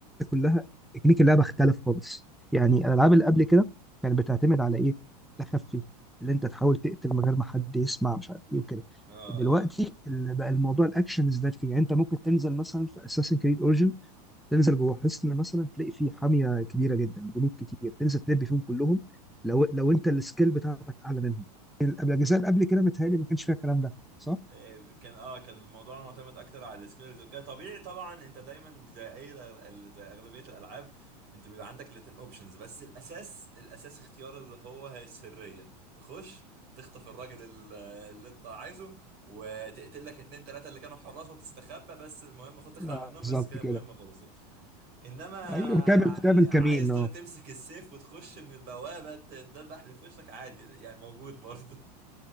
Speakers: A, in the centre; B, on the right.
A: كلها تكنيك اللعبه اختلف خالص يعني الالعاب اللي قبل كده كانت بتعتمد على ايه التخفي اللي انت تحاول تقتل من غير ما حد يسمع مش عارف ايه وكده
B: اه
A: دلوقتي
B: اه
A: اللي بقى الموضوع الاكشن ازداد فيه يعني انت ممكن تنزل مثلا في اساسن كريد اوريجن تنزل جوه حصن مثلا تلاقي فيه حاميه كبيره جدا جنود كتير تنزل تلب فيهم كلهم لو لو انت السكيل بتاعتك اعلى منهم قبل الاجزاء اللي قبل كده متهيألي ما كانش فيها الكلام ده صح؟
B: إيه، كان اه كان الموضوع معتمد اكتر على السكيلز وكده طبيعي طبعا انت دايما زي اي ال- زي اغلبيه الالعاب انت بيبقى عندك الاتنين اوبشنز بس الاساس الاساس اختيار اللي هو هي السريه تخش تخطف الراجل ال- اللي انت عايزه وتقتل لك اتنين تلاته اللي كانوا حراس وتستخبى بس المهم خد تخلع
A: اه
B: منهم
A: بالظبط
B: بس كده
A: كده
B: المهمه خلصت انما
A: ايوه تعمل
B: يعني
A: تعمل
B: عايز
A: كمين
B: ت-
A: اه
B: تمسك السيف وتخش من البوابة ت- تدبح اللي في وشك عادي يعني موجود برضه